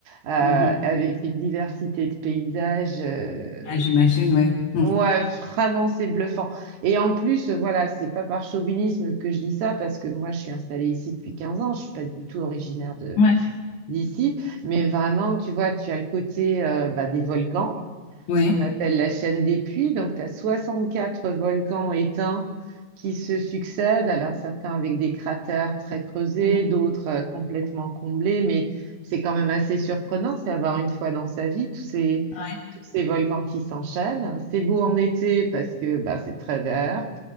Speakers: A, on the right; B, on the left.
A: euh, avec
B: Mhm.
A: une diversité de paysages. euh,
B: Ah, j'imagine, ouais. Mhm.
A: ouais, vraiment, c'est bluffant. Et en plus, voilà, c'est pas par chauvinisme que je dis ça, parce que moi, je suis installée ici depuis 15 ans. Je suis pas du tout originaire
B: Ouais.
A: d'ici, mais vraiment, tu vois, tu as le côté euh, bah, des volcans,
B: Oui.
A: ce qu'on appelle la chaîne des puits. Donc, tu as 64 volcans éteints qui se succèdent, alors certains avec des cratères très creusés,
B: Mhm.
A: d'autres euh, complètement comblés, mais c'est quand même assez surprenant, c'est avoir une fois dans sa vie tous ces,
B: Ouais.
A: tous ces volcans qui s'enchaînent. C'est beau en été parce que bah, c'est très vert.